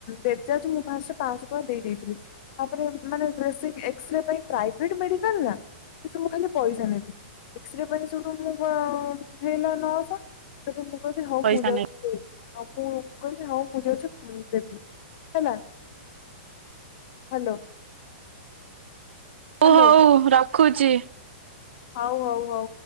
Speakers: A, on the left; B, on the right.
A: ବେଡ୍ ଚାର୍ଜ ମୁଁ ଫାଷ୍ଟ ପାଞ୍ଚଶହ ଟଙ୍କା ଦେଇ ଦେଇଥିଲି। ତାପରେ ମାନେ <unintelligible> ଏକ୍ସରେ ପାଇଁ ପ୍ରାଇଭେଟ୍ ମେଡିକାଲ୍ ନା। ସବୁ ଖାଲି ପଇସା ନେବେ, ଏକ୍ସରେ ପାଇଁ <unintelligible> ନଅଶହ ତ ତୁମକୁ କହିବି ହଉ
B: ପଇସା
A: ମୁଁ ଯାଉଚି
B: ନେ
A: ଦେ। ଆଉ ମୁଁ କହିବି ହଉ ମୁଁ ଯାଉଚି ଦେବି ହେଲା। ହାଲୋ,
B: ହଉ
A: ହାଲୋ।
B: ହଉ ମୁଁ ରଖୁଚି।
A: ହଉ-ହଉ-ହଉ।